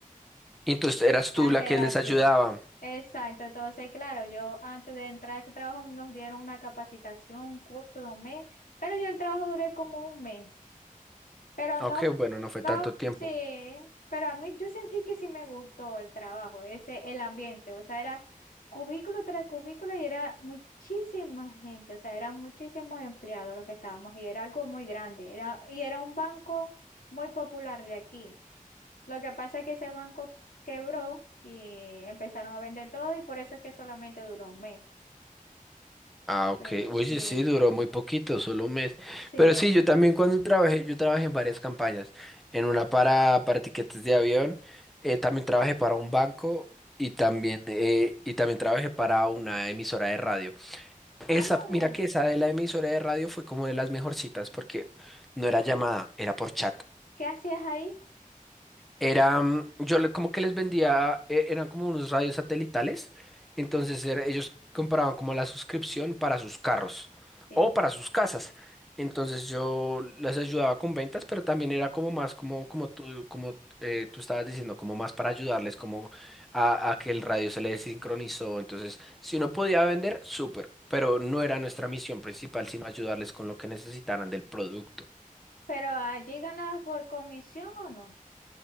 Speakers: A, in the centre; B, on the left (about 75°).
A: Y entonces eras
B: Antes
A: tú la que
B: era
A: les
B: así.
A: ayudaba.
B: Exacto. Entonces, claro, yo antes de entrar a ese trabajo nos dieron una capacitación, un curso de un mes, pero yo el trabajo duré como un mes. Pero no,
A: Ok,
B: f-
A: bueno, no fue
B: no,
A: tanto tiempo.
B: sí, pero a mí yo sentí que sí me gustó el trabajo, ese, el ambiente, o sea, era cubículo tras cubículo y era muchísima gente, o sea, eran muchísimos empleados los que estábamos y era algo muy grande, era, y era un banco muy popular de aquí. Lo que pasa es que ese banco quebró y empezaron a vender todo y por eso es que solamente duró un mes.
A: Ah, ok.
B: Pues
A: Oye,
B: sí,
A: sí, duró muy poquito, solo un mes.
B: sí.
A: Pero sí, yo también cuando trabajé, yo trabajé en varias campañas. En una para, para tiquetes de avión, eh, también trabajé para un banco y también, eh, y también trabajé para una emisora de radio.
B: Ah,
A: Esa, mira que esa de la emisora de radio fue como de las mejorcitas porque no era llamada, era por chat.
B: ¿qué hacías ahí?
A: Era, mm, yo le- como que les vendía, eh, eran como unos radios satelitales, entonces era- ellos compraban como la suscripción para sus carros
B: Sí.
A: o para sus casas. Entonces yo les ayudaba con ventas, pero también era como más como, como tú, como eh, tú estabas diciendo, como más para ayudarles, como a, a que el radio se les sincronizó. Entonces, si uno podía vender, súper, pero no era nuestra misión principal, sino ayudarles con lo que necesitaran del producto.
B: Pero allí ganabas por comisión o no?